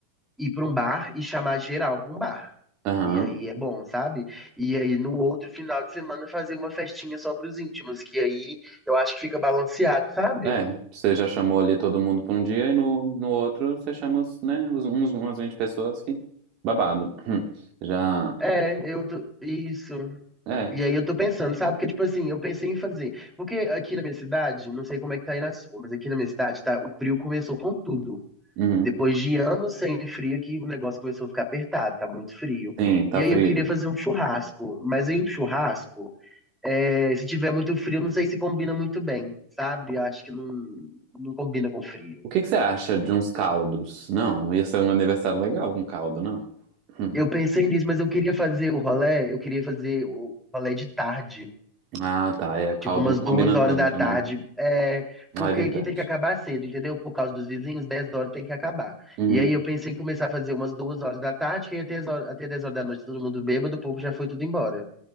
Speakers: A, in the centre; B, on the right (about 40°).
A: ir pra um bar e chamar geral pra um bar.
B: Aham.
A: E aí é bom, sabe? E aí no outro final de semana fazer uma festinha só pros íntimos, que aí eu acho que fica balanceado, sabe?
B: É, você já chamou ali todo mundo pra um dia e no, no outro você chama, os, né, uns, uns- umas 20 pessoas que babado. Hum. Já.
A: É, eu tô... Isso.
B: É,
A: E aí eu tô pensando, sabe? Porque, tipo assim, eu pensei em fazer. Porque aqui na minha cidade, não sei como é que tá aí na sua, mas aqui na minha cidade, tá, o frio começou com tudo.
B: Uhum.
A: Depois de anos sem frio, que o negócio começou a ficar apertado, tá muito frio.
B: Sim, tá
A: E aí
B: frio.
A: eu queria fazer um churrasco. Mas aí um churrasco. É, se tiver muito frio, não sei se combina muito bem, sabe? Acho que não, não combina com frio.
B: O que que você acha de uns caldos? Não, ia ser um aniversário legal com caldo, não. Hum.
A: Eu pensei nisso, mas eu queria fazer o rolê, eu queria fazer o rolê de tarde,
B: Ah, tá. É, o caldo
A: tipo umas
B: não combina
A: duas horas
B: tanto,
A: da tarde,
B: né?
A: é, porque
B: Ah, é verdade.
A: aqui tem que acabar cedo, entendeu? Por causa dos vizinhos, 10 horas tem que acabar.
B: Uhum.
A: E aí eu pensei em começar a fazer umas duas horas da tarde, que até, as horas- até 10 horas da noite todo mundo bêbado, o povo já foi tudo embora.